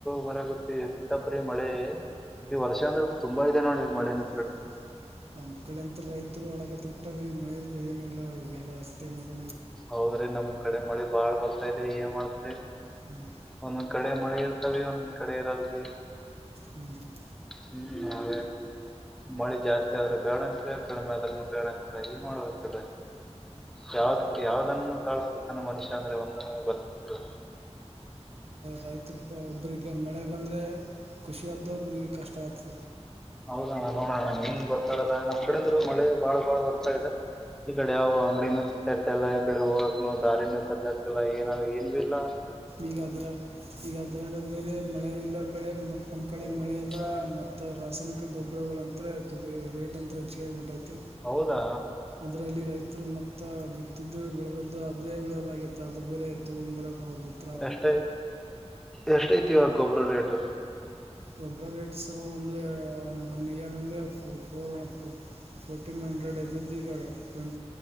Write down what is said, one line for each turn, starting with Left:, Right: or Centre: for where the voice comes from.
Centre: ಬರಗತ್ತೆ ಇಂತಪರಿೀ ಮಳೆ ಈ ವರ್ಷ ಅಂದ್ರೆ ತುಂಬಾ ಇದೆ ನೋಡಿ ಮಳೆನ
Right: ಹ್ಮ್ ನಮ್ ಕಡೆ ಅಂತ ರೈತರು ಅಳಗತ್ತ ಬಿಟ್ಟಾರೀ ಮಳ ಏನಿಲ್ಲಾಲ್ಲ ಹತ್ತಿ ಹೊಣ್ಕೊ
Centre: ಹೌದ್ರಿ ನಮ್ ಕಡೆ ಮಳಿ ಬಾಳ್ ಬರ್ತಾ ಇದೆ ಏನ್ ಮಾಡ್ತದೆ
Right: ಹ್ಞೂ
Centre: ಒಂದೊಂದ್ ಗಡೆ ಮಳೆ ಇರ್ತಾವ ಒಂದೊಂದ್ ಕಡೆ ಇರಲ್ರಿ
Right: ಹ್ಞೂ
Centre: ಹ್ಮ್ ಹ ಮಳಿ ಜಾಸ್ತಿ ಆದ್ರರು ಬ್ಯಾಡಂತರ ಕಮೆ ಅದ್ರ ಬೇಡಂತರ ಏನ್ ಮಾಡೋಡಬೇಕ್ರ ಯಾವ್ದ ಯಾವ್ದನ್ನು ಕಳ್ಸ್ಕೊತಾನೆ ಮನುಷ್ಯ ಅಂದ್ರೆ ಒಂದ ಗೊತ್ತಿಲ್ಲ
Right: ರೈತ ಒಬ್ರಿಗೆ ಮಳೆ ಬಂದ್ರೆ ಖುಷಿ ಆತ ಭುಗಿ ಕಷ್ಟವ್ತ
Centre: ಹೌದಣ್ಣ ನೋಡಣ್ಣನ್ ಏನ್ ಬರ್ತದ ನಮ್ಮ್ ಕಡಿಂದ್ರು ಮಳೆ ಬಾಳ್ ಬಾಳ್ ಬರ್ತಾ ಇದೆ ಈ ಕಡೆ ಯಾವವು ಅಂಗಡಿನೂ ಸರ್ತಲ್ಲ ಈ ಕಡೆ ಹೋಗಕ್ ದಾರಿನೂ ಸಜ್ಜಕ್ತಲ್ಲ ಏನ ಏನ್ ಬಿ ಇಾ
Right: ಈಗದ್ರ ಈಗ ಅದ್ರಾಗ ಬೇರೆ ಮಳೆ ಇಲ್ಲ ಬೆಳೆ ಮತ್ತ್ ನಮ್
Centre: ಮನೆಯಲ್ಲಿ
Right: ಕಡೆ ಮಳೆ ಎಲ್ಲ ಮತ್ ರಾಸಾಯನಿಕ ಗೊಬ್ಬರಗಳಂತ ರೇಟ್ ಅಂತ ಹೆಚ್ಚ ಆಗಬಿಟ್ಟೈತಿ
Centre: ಹೌದಾ
Right: ಅದ್ರಲ್ಲಿ ರೈತರು ಮತ್ತ ಬಿತ್ತಿದ್ದು ಬೆಳೆದಿದ್ದು ಅದೇ ಬೆಳಲಗತ್ತ ಅದು ಬೇರೆ ತಗೊಂಡ <inaudible>
Centre: ಎಷ್ಟ ಎಷ್ಟಐತಿವ ಗೊಬ್ಬರ ರೇಟ್
Right: ಗೊಬರ ರೇಟ್ಸರ ಒಂದು ಒನ್ ಇಯರ್ ಅಂದರೆ ಫೋರ್ಫ ಫೋರ್ಟೀನ್ ಹಂಡ್ರೆಡ್ ಇದ್ದದ್ದು ಈಗ ಟ್ವೆಂ